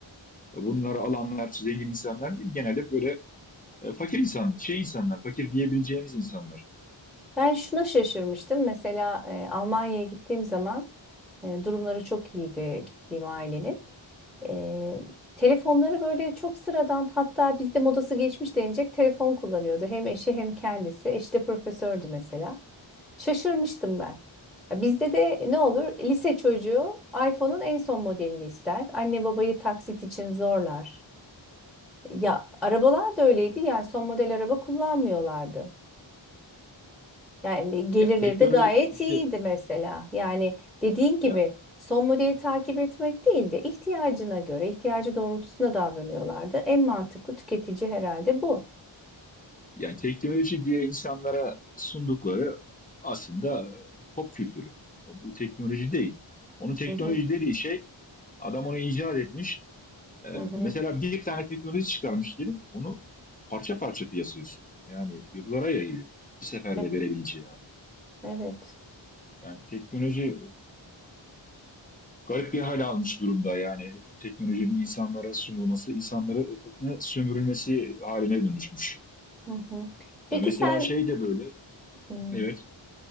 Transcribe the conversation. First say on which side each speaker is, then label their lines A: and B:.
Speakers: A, on the left; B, in the centre.
A: Ya bunları alanlar zengin insanlar değil. Genelde böyle e, fakir insan, şey insanlar, fakir diyebileceğimiz insanlar.
B: Ben şuna şaşırmıştım. Mesela e, Almanya'ya gittiğim zaman e, durumları çok iyiydi gittiğim ailenin. Ee, telefonları böyle çok sıradan hatta bizde modası geçmiş denilecek telefon kullanıyordu. Hem eşi hem kendisi. Eşi de profesördü mesela. Şaşırmıştım ben. Ya Bizde de ne olur lise çocuğu iPhone'un en son modelini ister. Anne babayı taksit için zorlar. Ya arabalar da öyleydi yani son model araba kullanmıyorlardı. Yani gelirleri
A: Ya teknoloji
B: de gayet
A: işte
B: iyiydi mesela. Yani dediğin gibi
A: ya
B: son modeli takip etmek değil de ihtiyacına göre, ihtiyacı doğrultusunda davranıyorlardı. En mantıklı tüketici herhalde bu.
A: Yani teknoloji diye insanlara sundukları aslında pop kültürü. Bu teknoloji değil. Onu teknoloji
B: Hı hı,
A: dediği şey adam onu icat etmiş. Ee,
B: hı hı.
A: mesela bir tane teknoloji çıkarmış diyelim. Onu parça parça piyasaya sunuyor. Yani yıllara yayıyor. Bir seferde
B: Evet.
A: verebileceği hali.
B: Evet.
A: Yani teknoloji garip bir hal almış durumda. Yani teknolojinin insanlara sunulması, insanların sömürülmesi haline dönüşmüş.
B: Hı hı. Peki
A: Ya mesela
B: sen
A: şey de böyle.
B: hmm,
A: Evet,